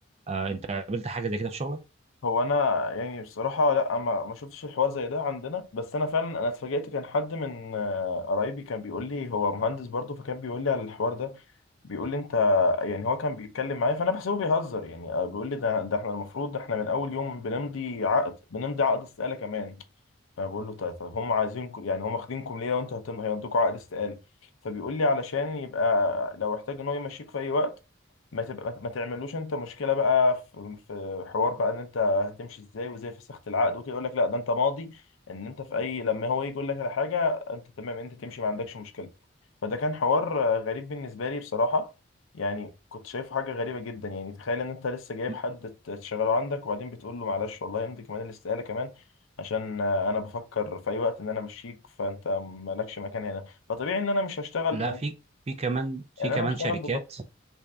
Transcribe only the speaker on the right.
آه انت قابلت حاجه زي كده في شغلك
م-
لا
في في كمان في
كمان
شركات